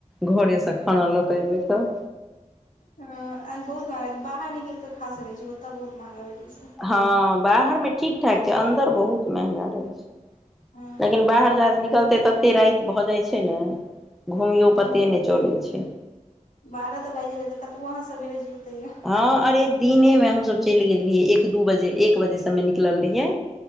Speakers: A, in the centre; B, on the left.
A: घरे से खाना लऽ के एबै तऽ
B: बहुत महंगा बाहर निकल के खा सकैत छी ओतय बहुत महंगा भेटै छै
A: हँ बाहर में ठीक ठाक छै अन्दर बहुत महंगा रहै छै
B: हँ
A: लेकिन बाहर जायसँ निकलतै ततेक रात भऽ जाइ छै ने घुमियो
B: हँ
A: पते नहि चलै छै
B: बारह तऽ बाजिए जेतै कतबो अहाँ सेबेरे जेबतैयै
A: हँ अरे दिने में हमसब चलि गेल रहियै एक दू बजे एक बजे से मे निकलल रहियै